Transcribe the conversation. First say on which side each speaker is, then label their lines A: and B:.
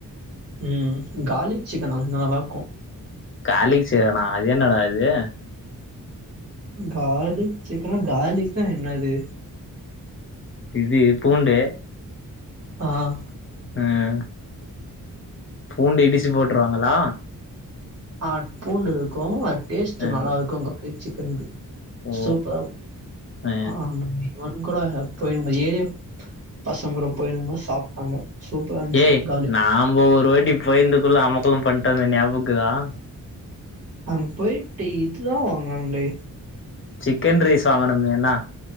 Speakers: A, on the right (about 45°); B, on the left (about 35°).
A: உம் கார்லிக் சிக்கன் அங்கே நல்லாயிருக்கும்
B: காலிக்கு சேரணா அது என்னடதது
A: கார்லிக் சிக்கனா கார்லிக்னா என்னது
B: இது பூண்டு
A: ஆஹ்
B: உஹம் பூண்டு இடிச்சி போட்டுருவாங்களா
A: அட் பூண்டு இருக்கும் அட் டேஸ்ட்
B: அ
A: நல்லா இருக்குங்கு <unintelligible>
B: ஓ
A: சூப்பர்
B: அ
A: ஆ இவன் கூட போயிடும்பது நம்ம ஏரியா பசங்க கூட போயிரு போது சாப்ட்டாங்க சூப்பரா இருந்துச்சு
B: ஏய்
A: கார்லிக்
B: நாம்ப ஒரு வாட்டி போய்ந்துக்குள்ள அமக்கள்ளும் பண்ணிட்டோமே ஞாபக்குதான்
A: அங் போயிட்டு இதுதான் வாங்னாங்ளே
B: சிக்கன் ரைஸ் வாங்கனுமேய்னா